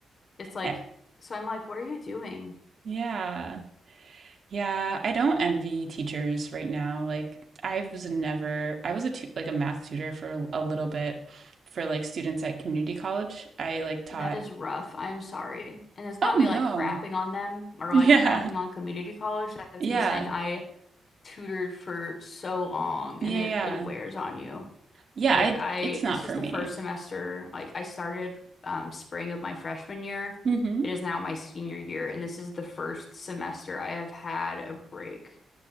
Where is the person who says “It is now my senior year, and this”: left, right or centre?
Left